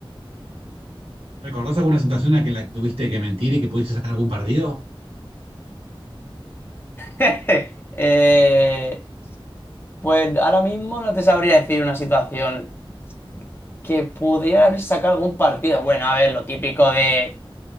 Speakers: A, on the right; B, on the left.
A: ¿Recordás alguna situación en la que, la que tuviste que mentir y que pudiste sacar algún partido?
B: <laughs> Eh, pues ahora mismo no te sabría decir una situación que pudiera sacar algún partido. Bueno, a ver, lo típico de